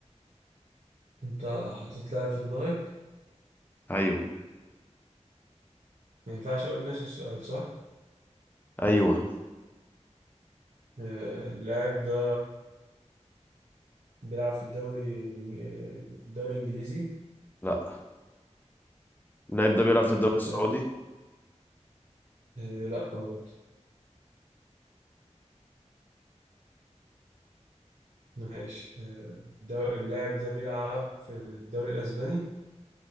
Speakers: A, on the right; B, on the left.
A: انت حطيت لاعب في دماغك
B: ايوه
A: ما ينفعش اقول نفس السؤال صح
B: ايوه
A: آه، اللاعب ده بيلعب في الدوري الإنج- آه، الدوري الإنجليزي
B: لا اللعيب ده بيلعب
A: أما
B: في الدوري
A: مش
B: السعودي
A: قادر آه، لا برضه ماشي آه، الدو- اللاعب ده بيلعب في الدوري الأسباني